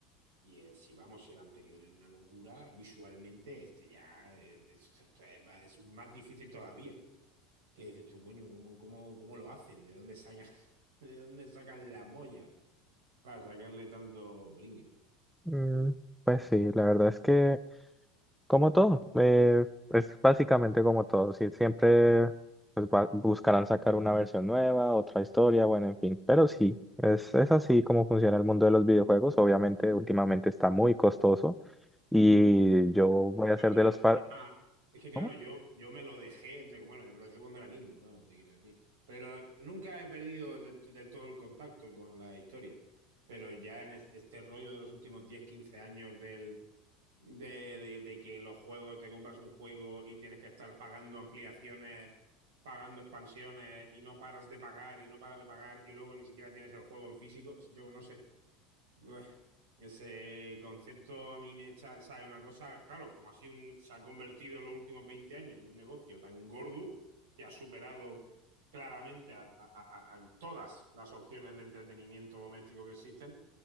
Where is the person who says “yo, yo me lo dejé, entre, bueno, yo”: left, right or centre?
Right